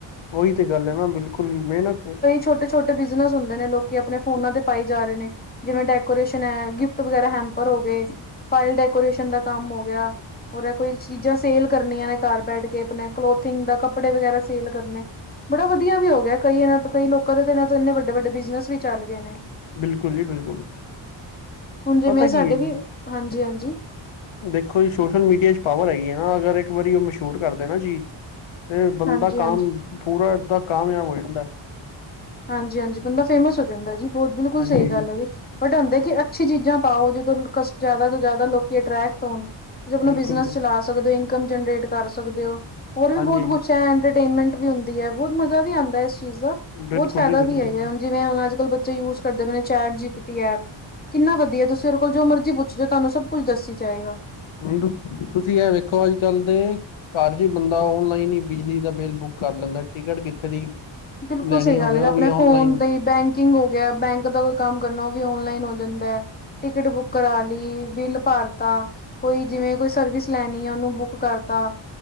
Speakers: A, on the left; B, on the left.
A: ਉਹੀ ਤੇ ਗੱਲ ਏ ਨਾ ਬਿਲਕੁਲ ਵੀ ਮਿਹਨਤ ਐ।
B: ਛੋਟੇ-ਛੋਟੇ ਬਿਜ਼ਨਸ ਹੁੰਦੇ ਨੇ ਲੋਕੀਂ ਆਪਣੇ ਫੋਨਾਂ ਤੇ ਪਾਈ ਜਾ ਰਹੇ ਨੇ। ਜਿਵੇਂ ਡੈਕੋਰੇਸ਼ਨ ਐ, ਗਿਫਟ ਵਗੈਰਾ ਹੈਪਰ ਹੋ ਗਏ, ਫਾਇਲ ਡੈਕੋਰੇਸ਼ਨ ਦਾ ਕੰਮ ਹੋ ਗਿਆ। ਹੋਰ ਕੋਈ ਚੀਜ਼ਾਂ ਸੇਲ ਕਰਨੀਆਂ ਨੇ ਘਰ ਬੈਠ ਕੇ, ਆਪਣੇ ਕਲੋਥਿੰਗ ਦਾ, ਕੱਪੜੇ ਵਗੈਰਾ ਸੇਲ ਕਰਨੇ ਬੜਾ ਵਧੀਆ ਵੀ ਹੋ ਗਿਆ। ਕਈ ਇਹਨਾਂ ਕਈ ਲੋਕਾਂ ਦੇ ਇਹਨਾਂ ਤੋਂ ਇੰਨੇ ਵੱਡੇ- ਵੱਡੇ ਬਿਜ਼ਨਸ ਵੀ ਚੱਲ ਗਏ ਨੇ।
A: ਬਿਲਕੁਲ ਜੀ ਬਿਲਕੁਲ।
B: ਹੁਣ ਜਿਵੇਂ
A: ਪਤਾ ਕੀ
B: ਸਾਡੇ
A: ਹੈ ਜੀ।
B: ਵੀ, ਹਾਂਜੀ ਹਾਂਜੀ।
A: ਦੇਖੋ ਜੀ, ਸੋਸ਼ਲ ਮੀਡੀਆ ਚ ਪਾਵਰ ਹੈਗੀ ਏ ਨਾਂ ਅਗਰ ਇੱਕ ਵਾਰੀ ਉਹ ਮਸ਼ਹੂਰ ਕਰਦੇ ਨਾਂ ਚੀਜ਼ ਤੇ ਬੰਦਾ
B: ਹਾਂਜੀ
A: ਕਾਮ,
B: ਹਾਂਜੀ
A: ਪੂਰਾ ਏਦਾਂ ਕਾਮਯਾਬ ਹੋ ਜਾਂਦਾ।
B: ਹਾਂਜੀ ਹਾਂਜੀ ਬੰਦਾ ਫੇਮਸ ਹੋ ਜਾਂਦਾ ਜੀ, ਬਹੁਤ ਬਿਲਕੁਲ
A: ਹਾਂਜੀ
B: ਸਹੀ ਗੱਲ ਐ ਜੀ। ਵਢਾਉਂਦੇ ਕਿ ਅੱਛੀ ਚੀਜ਼ਾਂ ਪਾਓ, ਜਦੋਂ ਜ਼ਿਆਦਾ ਤੋਂ ਜ਼ਿਆਦਾ ਲੋਕੀ ਅਟਰ੍ਰੈਕਟ ਹੋਣ। ਤੁਸੀਂ ਆਪਣਾ
A: ਬਿਲਕੁਲ
B: ਬਿਜਨਸ
A: ਜੀ।
B: ਚਲਾ ਸਕਦੇ ਹੋ ਇਨਕਮ ਜਨਰੇਟ ਕਰ ਸਕਦੇਔ। ਹੋਰ ਵੀ
A: ਹਾਂਜੀ
B: ਬਹੁਤ ਕੁੱਛ ਐ ਇੰਟਰਟੇਨਮੈਂਟ ਵੀ ਹੁੰਦੀ ਐ। ਬਹੁਤ ਮਜ਼ਾ ਵੀ ਆਂਦਾ ਇਸ ਚੀਜ਼ ਦਾ,
A: ਬਿਲਕੁਲ
B: ਬਹੁਤ ਫਾਇਦਾ
A: ਜੀ ਬਿਲਕੁਲ
B: ਵੀ ਹੈਗਾ ਜਿਵੇਂ ਹੁਣ ਅੱਜ-ਕੱਲ ਬੱਚੇ ਯੂਜ ਕਰਦੇ ਪਏ ਨੇ chat G P T app ਕਿੰਨਾ ਵਧੀਆ ਤੁਸੀਂ ਉਹਦੇ ਕੋਲ ਜੋ ਮਰਜ਼ੀ ਪੁੱਛਿਓ ਤੁਹਾਨੂੰ ਸਭ ਕੁੱਛ ਦੱਸੀ ਜਾਏਗਾ।
A: <unintelligible> ਹੁਣ ਤੁਸੀਂ ਇਹ ਵੇਖੋ ਅੱਜ ਕੱਲ ਦੇ ਘਰ ਜੇ ਬੰਦਾ ਔਨਲਾਈਨ ਹੀ ਬਿਜਲੀ ਦਾ ਬਿੱਲ ਬੁੱਕ ਕਰ ਲੈਂਦਾ ਟਿਕਟ ਕਿੱਥੇ ਦੀ
B: ਬਿਲਕੁਲ
A: ਲੈਣੀ
B: ਸਹੀ
A: ਹੋਵੇ
B: ਗੱਲ ਐ,
A: ਉਹ
B: ਆਪਣੇ
A: ਵੀ ਔਨਲਾਈਨ
B: ਫੋਨ ਤੇ ਈ ਬੈਂਕ ਕਿੰਗ ਹੋ ਗਿਆ, ਬੈਂਕ ਦਾ ਕੋਈ ਕੰਮ ਕਰਨਾ ਉਹ ਵੀ ਔਨਲਾਈਨ ਹੋ ਜਾਂਦਾ। ਟਿਕਟ ਬੁੱਕ ਕਰਾ ਲਈ ਬਿੱਲ ਭਰ ਤਾ ਕੋਈ ਜਿਵੇਂ ਕੋਈ ਸਰਵਿਸ ਲੈਣੀ ਏ ਉਹਨੂੰ ਬੁੱਕ ਕਰਤਾ,